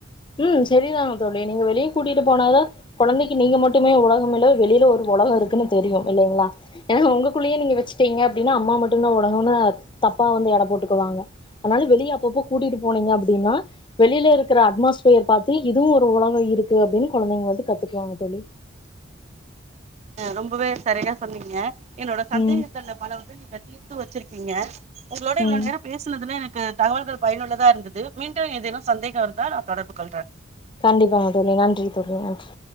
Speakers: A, on the left (about 25°); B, on the right (about 35°).
A: உம் சரிதாங்க தோழி நீங்க வெளிய கூட்டிட்டு போனாத குழந்தை நீங்க மட்டுமே உலகமில்ல வெளியில ஒரு உலகம் இருக்குன்னு தெரியு இல்லைங்களா எனா உங்களுக்குள்ளேயே நீங்க வச்சுட்டீங்க அப்படின்னா அம்மா மட்டும்தா உலகம்னு தப்பா வந்து இட போட்டுக்குவாங்க அதனால வெளியே அப்பப்போ கூட்டிட்டு போனீங்க அப்படின்னா வெளியில இருக்கற அட்மாஸ்பியர் பார்த்து இதுவும் ஒரு உலக இருக்கு அப்படின்னு குழந்தைங்க வந்து கத்துக்குவாங்க தோழி
B: ரொம்பவே சரியா சொன்னீங்க என்னோட சந்தேகங்கள்
A: ம்
B: பல உதவி படி வச்சியிறுப்பீங்க உங்களோட இவளோ
A: ம்
B: நேரம் பேசுனதுல எனக்கு உம் தகவல்கள் பயனுள்ளதா இருந்த மீண்டு ஏதேனு சந்தேக இருந்தா நா தொடர்பு கொள்றே
A: கண்டிபா டொழி நன்றி தோழி நன்றி